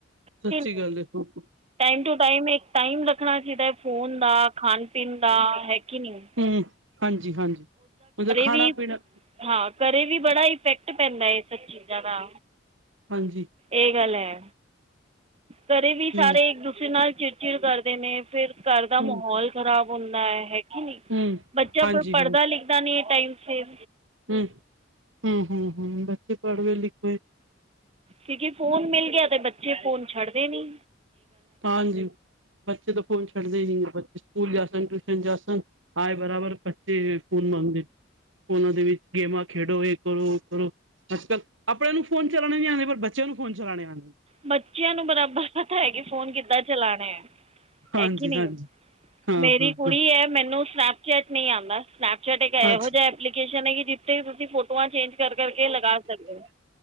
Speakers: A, on the right; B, on the right.
A: ਸੱਚੀ
B: ਕਿ ਨਹੀਂ
A: ਗੱਲ ਏ, ਬ ਕੁ
B: ਟਾਈਮ ਟੂ ਟਾਈਮ ਇੱਕ ਟਾਈਮ ਰੱਖਣਾ ਚਾਹੀਦਾ, ਫੋਨ ਦਾ, ਖਾਣ ਪੀਣ ਦਾ, ਹੈ ਕਿ ਨਈ
A: ਹੂੰ ਹਾਂਜੀ -ਹਾਂਜੀ ਉਦੋ ਖਾਣਾ
B: ਵੀ
A: ਪੀਣਾ
B: ਹਾਂ, ਘਰੇ ਵੀ ਬੜਾ ਇਫੈਕਟ ਪੈਂਦਾ ਏ, ਸਭ ਚੀਜ਼ਾਂ ਦਾ
A: ਹਾਂਜੀ।
B: ਏ ਗੱਲ ਐ ਘਰੇ ਵੀ
A: ਹੂੰ
B: ਸਾਰੇ, ਇੱਕ ਦੂਸਰੇ ਨਾਲ ਚਿੜ -ਚਿੜ ਕਰਦੇ ਨੇ, ਫਿਰ ਘਰ ਦਾ
A: ਹੂੰ
B: ਮਾਹੌਲ ਖ਼ਰਾਬ ਹੁੰਦਾ ਹੈ ਕਿ ਨਹੀ,
A: ਹੂੰ
B: ਬੱਚਾ
A: ਹਾਂਜੀ
B: ਪੜ੍ਹਦਾ -ਲਿਖਦਾ ਨਈ ਟਾਈਮ ਸਿਰ
A: ਹਮ -ਹਮ ਹਮ- ਹਮ, ਬੱਚੇ ਪੜ੍ਹਦੇ -ਲਿਖਦੇ
B: ਤੇ ਜੇ ਫੋਨ ਮਿਲ ਗਿਆ ਤੇ, ਬੱਚੇ ਫੋਨ ਛੱਡਦੇ ਨਈ
A: ਹਾਂਜੀ, ਬੱਚੇ ਤੇ ਫੋਨ ਛੱਡਦੇ ਨਈ ਬੱਚੇ ਸਕੂਲ ਜਾ ਸੰਣ ਟਿਊਸ਼ਨ ਜਾ ਸੰਣ ਹਾਏ ਬਰਾਬਰ ਪੱਚੀ ਪੁਣ ਆਦੀ ਫੋਨਾਂ ਦੇ ਵਿੱਚ, ਗੇਮਾਂ ਖੇਡੋ, ਇਹ ਕਰੋ ਉਹ ਕਰੋ ਅੱਜ- ਕੱਲ ਆਪਣੇਿਆਂ ਨੂੰ ਫੋਨ ਚਲਾਉਣੇ ਨਈ ਆਣੇ, ਪਰ ਬੱਚਿਆਂ ਨੂੰ ਫੋਨ ਚਲਾਣੇ ਆਣੇ
B: ਬੱਚਿਆਂ ਨੂੰ ਬਰਾਬਰ ਪਤਾ ਹੈ ਕਿ, ਫੋਨ ਕਿੱਦਾਂ ਚਲਾਣੇ ਆਂ
A: ਹਾਂਜੀ-ਹਾਂਜੀ
B: ਹੈ ਕੀ ਨਈ,
A: ਹਾਂ-ਹਾਂ-ਹਾਂ
B: ਮੇਰੀ ਕੁੜੀ ਕੇ ਐ ਮੈਨੂੰ ਸਨੈਪਚੈਟ ਨਹੀਂ ਆਦਾ, ਸਨੈਪਚੈਟ ਇੱਕ ਇਹੋ
A: ਅੱਛਾ
B: ਜਿਹਾ ਐ ਲੀਕੇਸ਼ਨ ਹੈਗੀ, ਜਿੱਥੇ ਵੀ ਤੁਸੀਂ ਫੋਟੋਆਂ ਚੇਂ ਕਰ -ਕਰ ਕੇ ਲਗਾ ਸਕਦੇ ਨੇ,